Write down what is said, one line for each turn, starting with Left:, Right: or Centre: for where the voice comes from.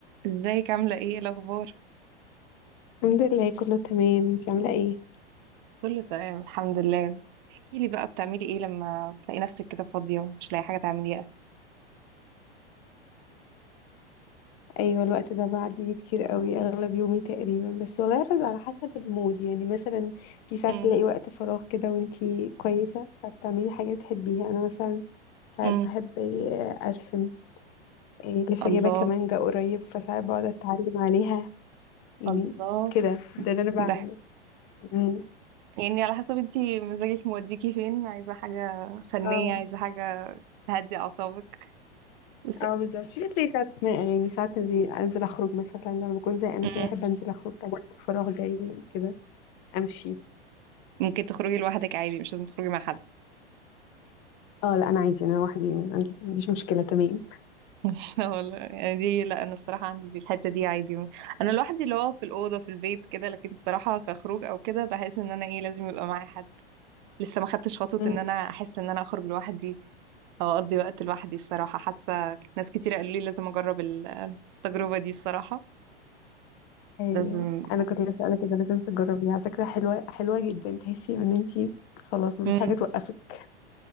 Right: ازيك عاملة ايه الأخبار؟
Left: الحمد لله كله تمام انتي عاملة ايه
Right: كله تمام الحمد لله احكيلي بقى بتعملي ايه لما تلاقي نفسك كده فاضية ومش لاقي حاجة تعمليها
Left: ايوه الوقت ده بعدي بيه كتير قوي اغلب يومي تقريبا بس والله بيبقى على حسب المود يعني مثلا في ساعات
Right: امم
Left: تلاقي وقت فراغ كده وانتي كويسة فبتعملي حاجة بتحبيها انا مثلا ساعات
Right: امم
Left: بحب ايه ارسم ايه لسه
Right: الله
Left: جايبة كمانجة قريب فساعات بقعد اتعلم عليها يعني
Right: الله
Left: كده ده اللي انا بعمله
Right: ده
Left: مم.
Right: يعني على حسب انتي مزاجك موديكي فين عايزة حاجة فنية
Left: اه
Right: عايزة حاجة تهدي أعصابك بس
Left: اه بالظبط في بتلاقي ساعات اسمع اغاني ساعات انزل انزل اخرج مثلا لما بكون زهقانة
Right: امم
Left: شوية احب انزل اخرج وقت الفراغ جاي كده امشي
Right: ممكن تخرجي لوحدك عادي مش لازم تخرجي مع حد
Left: اه لا انا عادي انا لوحدي ما عندي- ما عنديش مشكله تمام
Right: <laughs> لا والله يعني دي لا أنا الصراحة عندي في الحتة دي عادي أنا لوحدي اللي هو في الأوضة في البيت كده لكن الصراحة كخروج أو كده بحس إن أنا ايه لازم يبقى معايا حد لسه ما خدتش خطوة
Left: أمم،
Right: ان انا احس ان انا اخرج لوحدي او اقضي وقت لوحدي الصراحة حاسة ناس كتير قالوا لي لازم اجرب ال- التجربة دي الصراحة
Left: ايوه
Right: لازم
Left: انا كنت لسه اقول لك ده لازم تجربيها على فكره حلوه حلوه جدا تحسي ان انت خلاص مفيش
Right: مم.
Left: حاجه توقفك